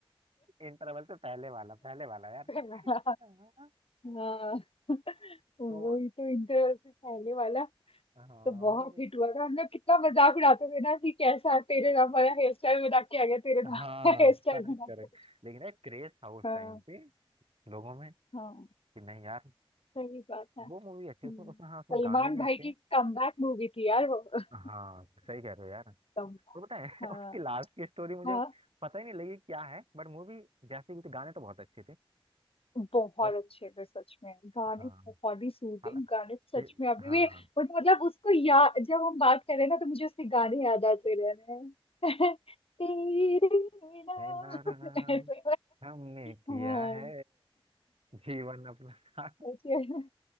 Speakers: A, on the right; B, on the left.
A: इंटरवल से पहले वाला पहले वाला यार
B: <laughs>
A: हाँ।
B: हाँ <laughs> वही
A: तो
B: तो इंटरवल से पहले वाला
A: हाँ
B: तो बहुत
A: मतलब
B: हिट हुआ था हम लोग कितना मजाक उड़ाते थे ना कि कैसा तेरे नाम वाला हेयर स्टाइल बना के आ गया तेरे नाम
A: हाँ
B: वाला हेयर स्टाइल
A: करेक्ट
B: बना के
A: करेक्ट लेकिन यार क्रेज था उस
B: हाँ
A: टाइम पे लोगों में
B: हाँ
A: कि नहीं यार
B: सही बात है
A: वो मूवी
B: हम्म,
A: अच्छी है उसमें उसमें हाँ उसमें
B: सलमान
A: गाने भी
B: भाई
A: अच्छे
B: की
A: हैं
B: कमबैक मूवी थी यार वो <laughs>
A: हाँ सही कह रहे हो यार
B: तब
A: और पता है
B: हाँ
A: <laughs> उसकी लास्ट की स्टोरी मुझे
B: हाँ
A: पता ही नहीं लगी क्या है बट मूवी जैसे भी थी गाने तो बहुत अच्छे थे
B: बहुत
A: बट
B: अच्छे थे सच में गाने
A: हाँ
B: बहुत ही सूदिंग
A: हाला-
B: गाने सच
A: ये-
B: में अभी
A: हाँ
B: भी मतलब मतलब उसको या जब हम बात करें ना तो मुझे उसके गाने याद आते रह रहे हैं <laughs> तेरे नाम
A: ये नाम
B: ऐसे
A: हमने किया
B: हाँ
A: है जीवन अपना था
B: सच में